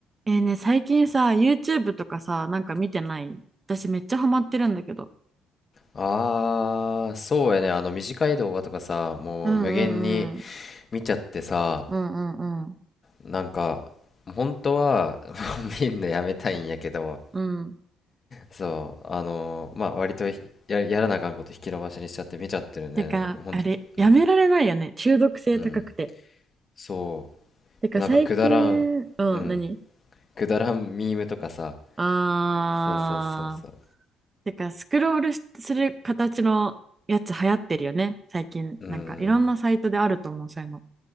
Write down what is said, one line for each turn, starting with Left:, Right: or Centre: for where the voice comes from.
Right: えーね、最近さ、YouTube とかさ、なんか見てない私めっちゃハマってるんだけど。
Left: ああ、そうやね。あの短い動画とかさ、もう無限に
Right: うんうんうん
Left: 見ちゃってさ、
Right: うんうんうん
Left: なんか、本当は <laughs> 見んのやめたいんやけど、
Right: うん。
Left: そう、あのーまあ割とひや、やらなあかんこと引き延ばしにしちゃって見ちゃってるね。
Right: てか、
Left: ほんと、
Right: あれ、やめられないよね。
Left: うん、
Right: 中毒性高くて。
Left: うん。そ
Right: てか、
Left: う。なんかくだらん、
Right: 最近、うん、
Left: うん。
Right: 何
Left: くだらんミームとかさ、
Right: あー。
Left: そうそうそうそう。
Right: てか、スクロールしする形のやつ流行ってるよね。最近、
Left: うん、
Right: なんかいろんなサイトであると思う、そういうの。